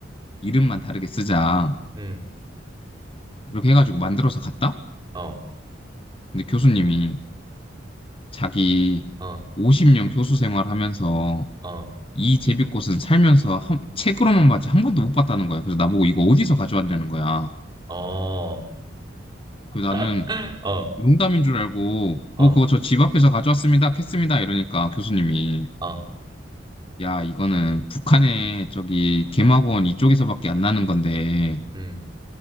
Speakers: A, on the left (about 30°); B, on the right (about 25°).
A: 이름만 다르게 쓰자.
B: 음,
A: 이렇게 해가지고 만들어서 갔다?
B: 어,
A: 근데 교수님이 자기
B: 어,
A: 50년 교수 생활하면서
B: 어,
A: 이 제비꽃은 살면서 한- 책으로만 봤지 한 번도 못 봤다는 거야. 그래서 나보고 이거 어디서 가져왔냐는 거야.
B: 어,
A: 그래서 나는
B: <laughs> 어,
A: 농담인 줄 알고
B: 어,
A: 어 그거 저 집 앞에서 가져왔습니다. 캤습니다. 이러니까 교수님이
B: 어,
A: 야 이거는 북한의 저기 개마고원 이쪽에서밖에 안 나는 건데
B: 음.